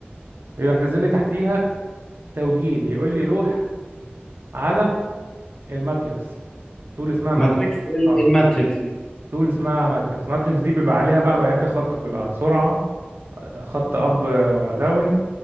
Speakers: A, on the right; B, on the left.
A: يروح نازل لي تحتيها توجيه يقول لي روح على الماتريكس طول اسمها ماتريكس
B: ماتريكس ايه ال-
A: أه.
B: إيه الماتريكس دي
A: تول اسمها ماتريكس ماتريكس دي بيبقى عليها بقى بيانات الخط كلها سرعة خط أب ولا داون